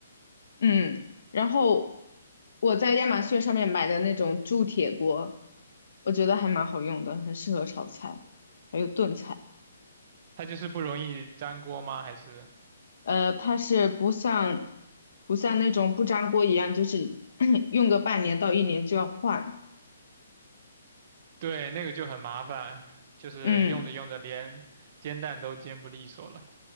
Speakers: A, on the left; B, on the right.
A: 嗯，然后我在亚马逊上面买的那种铸铁锅，我觉得还蛮好用的，很适合炒菜，还有炖菜。
B: 它就是不容易粘锅吗？还是？
A: 呃，它是不像不像那种不粘锅一样，就是 <coughs> <clears throat> 用个半年到一年就要换。
B: 对，那个就很麻烦，就是用着用着连煎蛋都煎不利索了。
A: 嗯